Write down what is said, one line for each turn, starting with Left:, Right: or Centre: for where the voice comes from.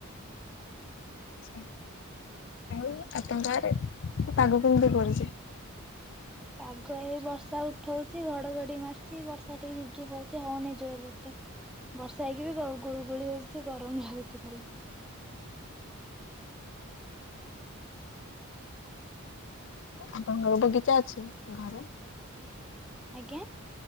Left: ଆଚ୍ଛ ଆଉ ଆପଙ୍କ ଆରେ ପାଗ କେମିତି କରିଚି?
Centre: ପାଗ ଏଇ ବର୍ଷା ଉଠଉଛି ଘଡଘଡି ମାରିଚି ବର୍ଷା ଟିକେ ଝିପ୍ ଝିପ୍ ପ ଏତେ ହଉନି ଜୋରରେ ଏତେ ବର୍ଷା ହେଇକି ବି ଗଳୁ ଗୁଳୁଗୁଳି ହଉଛି ଗରମ ଲାଗୁଛି ଖାଲି।
Left: ଆପଙ୍କର ବଗିଚା ଅଛି ଘରେ?
Centre: ଆଜ୍ଞା।